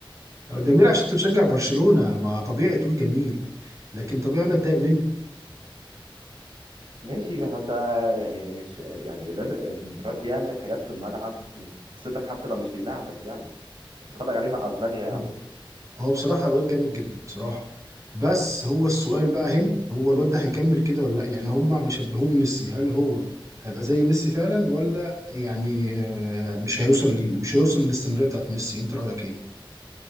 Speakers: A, on the right; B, on the right.
A: آه، جميل عشان انت بتشجع برشلونه ما طبيعي تقول جميل لكن طبيعي انا اتضايق
B: ماشي هو انت يعني مش يعني لازم الواد بيعمل حاجات في الملعب تبسطك حتى لو مش بيلعبك يعني اتفرج عليه مع اسبانيا يا
A: منه
B: عم
A: هو بصراحة الواد جامد جدا بصراحة بس هو السؤال بقى هنا هو الواد ده هيكمل كده ولا لا يعني هما بيشبهوه بميسي هل هو هيبقى زي ميسي فعلا ولا يعني آه، مش هيوصل لل- مش هيوصل للاستمرارية بتاعت ميسي انت رأيك ايه؟